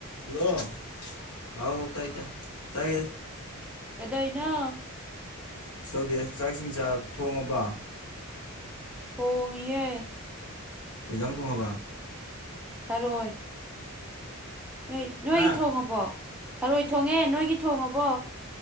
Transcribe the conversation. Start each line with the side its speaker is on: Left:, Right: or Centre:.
Left: Hello ꯍꯥꯎ ꯍꯥꯎ ꯇꯥꯏ ꯇ ꯇꯥꯏ
Centre: ꯀꯗꯥꯏꯩꯅꯣ
Left: ꯁꯤ ꯇꯧꯗꯦ ꯆꯥꯛꯁꯤꯡꯤꯡ ꯆꯥ ꯊꯣꯡꯉꯕ
Centre: ꯊꯣꯡꯉꯤꯦ
Left: ꯐꯩꯖꯪ ꯊꯉꯕ
Centre: ꯊꯔꯣꯏ ꯅꯣꯏ ꯅꯣꯏꯒꯤ
Left: ꯍꯥ
Centre: ꯊꯣꯡꯉꯕꯣ ꯊꯔꯣꯏ ꯊꯣꯡꯉꯦ ꯅꯣꯏꯒꯤ ꯊꯣꯡꯉꯕꯣ